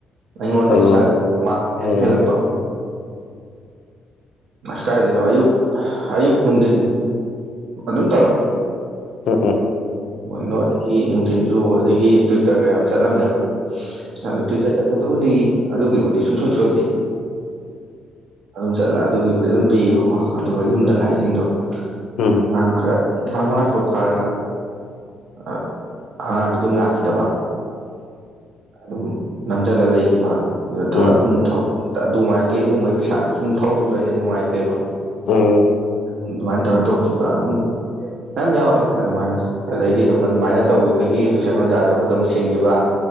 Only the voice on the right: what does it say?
ꯑꯩꯉꯣꯟꯗ
ꯏꯁꯥꯗ ꯃꯥꯛ
ꯍꯦꯇ ꯍꯦꯜꯂꯛꯄ ꯑꯁ ꯀꯥꯢꯗꯩꯅꯣ ꯑꯌꯨꯛ ꯑꯌꯨꯛ ꯅꯨꯡꯗꯤꯟ ꯑꯗꯨꯝ
<unintelligible> ꯒꯤ ꯅꯨꯡꯊꯤꯟꯖꯨ ꯑꯗꯒꯤ ꯇꯨꯢꯇꯔꯒ ꯌꯥꯝ ꯆꯠꯂꯝꯃꯦꯕ ꯑꯗꯨ ꯇꯨꯢꯇꯔ ꯆꯠꯄꯗꯨꯕꯨꯗꯤ ꯑꯗꯨꯒꯤꯕꯨꯗꯤ ꯁꯨꯡꯁꯣꯢ ꯁꯣꯢꯗꯦ ꯑꯗꯨꯝ ꯆꯠꯂ ꯑꯗꯨꯒꯤꯕꯨꯗꯤ ꯑꯗꯨꯝ ꯄꯤꯌꯦꯕꯀꯣ ꯑꯗꯨꯒ ꯌꯨꯝꯗ ꯂꯥꯛꯏꯖꯤꯡꯗꯣ
ꯑꯉꯥꯡ ꯈꯔ ꯗꯨꯝ ꯊꯥ ꯃꯉꯥ ꯇꯔꯨꯛ ꯐꯥꯔꯒ ꯑ ꯑꯉꯥꯡꯗꯣ ꯑꯗꯨꯝ ꯂꯥꯛꯈꯤꯗꯕ ꯑꯗꯨꯝ ꯅꯝꯖꯜꯂ ꯂꯩꯒꯤꯕꯥ ꯑꯗꯨꯗ ꯊꯧ
ꯑꯗꯨꯝ ꯊꯧ ꯑꯗꯨꯃꯥꯢꯒꯤ ꯑꯗꯨꯒꯨꯝꯕꯩ ꯄꯩꯁꯥꯗꯨ ꯁꯨꯝ ꯊꯧꯕꯖꯨ ꯑꯩꯅ ꯅꯨꯡꯉꯥꯢꯇꯦꯕ
ꯑꯗꯨꯃꯥꯢꯅ ꯇꯧꯔ ꯇꯣꯛꯈꯤꯕ ꯑꯗꯨꯝ ꯃꯌꯥꯝ ꯌꯥꯎꯔꯦ ꯑꯗꯨꯃꯥꯢꯅ ꯑꯗꯩꯗꯤ ꯑꯗꯨꯝ ꯑꯗꯨꯃꯥꯢꯅ ꯇꯧꯈꯤꯕꯗꯒꯤ ꯇꯨꯢꯁꯟ ꯑꯣꯖꯥ ꯑꯇꯣꯞꯄꯗ ꯑꯃꯨꯛ ꯁꯤꯟꯈꯤꯕ